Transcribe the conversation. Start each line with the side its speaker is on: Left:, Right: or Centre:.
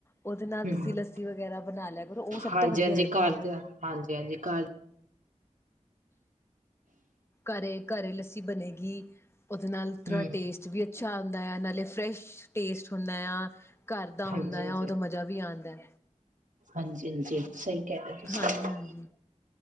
Left: ਉਹਦੇ
Right: ਹੂੰ
Left: ਨਾਲ ਤੁਸੀਂ ਲੱਸੀ ਵਗੈਰਾ ਬਣਾ ਲਿਆ ਕਰ ਉਹ ਸਭ
Right: ਹਾਂਜੀ
Left: ਤੋਂ ਵਧੀਆ
Right: ਹਾਂਜੀ
Left: ਰਹਿੰਦੀ
Right: ਘਰ
Left: ਹੈ
Right: ਦਾ ਹਾਂਜੀ ਹਾਂਜੀ ਘਰ
Left: ਘਰੇ ਘਰ ਲੱਸੀ ਬਣੇਗੀ ਉਹਦੇ ਨਾਲ ਥੋੜ੍ਹਾ
Right: ਹੂੰ
Left: ਟੇਸਟ ਵੀ ਅੱਛਾ ਹਦਾ ਆ ਨਾਲੇ ਫਰੈਸ਼ ਟੇਸਟ ਹੁੰਦਾ ਆ ਘਰ ਦਾ ਹੁੰਦਾ
Right: ਹਾਂਜੀ ਹਾਂਜੀ
Left: ਆ ਉਹਦਾ ਮਜ਼ਾ ਵੀ ਆਉਂਦਾ
Right: ਹਾਂਜੀ ਹਾਂਜੀ ਸਹੀ ਕਹਿ ਰਹੇ ਤੁਸੀਂ
Left: ਹਾਂਜੀ ਹਾਂਜੀ